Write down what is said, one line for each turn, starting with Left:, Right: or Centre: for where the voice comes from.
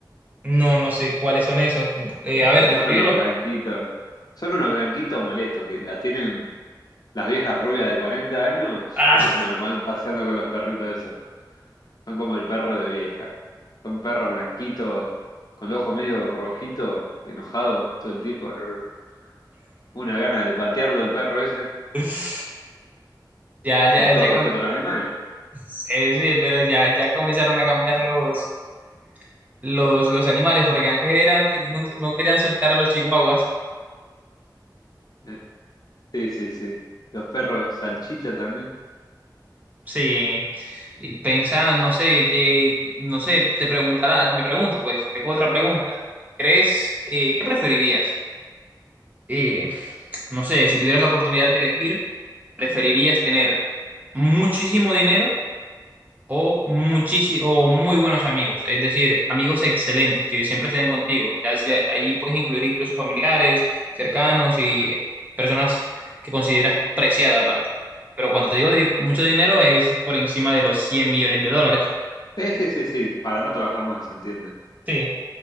Right: no, no sé cuáles son esos. Eh, a ver,
Left: Son
Right: describirlos.
Left: unos blanquitos. Son unos blanquitos molestos que la tienen las viejas rubias de 40 años.
Right: Ah.
Left: Los- Bueno, van paseando con los perritos esos. Son como el perro de vieja. Son perros blanquitos, con los ojos medio rojitos, enojados todo el tiempo. Arr. Una gana de patearlo el perro ese,
Right: <laughs> Ya, ya,
Left: con
Right: ya.
Left: todo respeto
Right: cam-
Left: a los animales.
Right: <laughs> Sí, sí, pero ya, ya comenzaron a cambiar los, los, los animales, porque antes eran, no, no querían soltar a los chihuahuas.
Left: Eh, Sí, sí, sí. Los perros salchicha también.
Right: Sí, y pensaban, no sé, que, no sé, te preguntará, me pregunto, pues, tengo otra pregunta. ¿Crees, eh, qué preferirías? Eh, no sé, si tuvieras la oportunidad de elegir, ¿preferirías tener muchísimo dinero o, muchísi- o muy buenos amigos, es decir, amigos excelentes que siempre estén contigo. Ya sea- allí puedes incluir incluso familiares, cercanos y personas que consideras preciada para ti. Pero cuando te digo di- mucho dinero es por encima de los cien millones de dólares.
Left: Sí, sí, sí, sí, para no trabajar más, ¿se entiende?
Right: Sí,